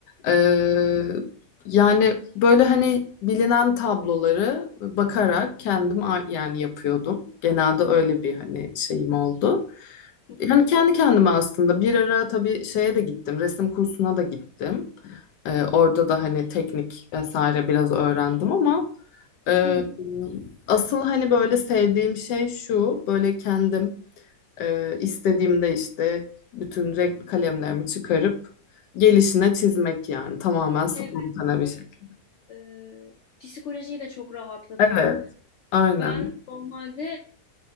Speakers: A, on the left; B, on the left.
A: Ee, yani böyle hani bilinen tabloları bakarak kendim a- yani yapıyordum. Genelde öyle bir hani şeyim oldu.
B: Çok
A: Yani
B: güzel.
A: kendi kendime aslında bir ara tabii şeye de gittim, resim kursuna da gittim. Ee, orada da hani teknik vesaire biraz öğrendim ama e,
B: Hı hı.
A: asıl hani böyle sevdiğim şey şu, böyle kendim ee, istediğimde işte bütün renkli kalemlerimi çıkarıp gelişine çizmek yani tamamen spontane
B: Evet çok
A: bir şekilde.
B: e, psikolojiyi de çok rahatlatıyor.
A: Evet, aynen.
B: Ben normalde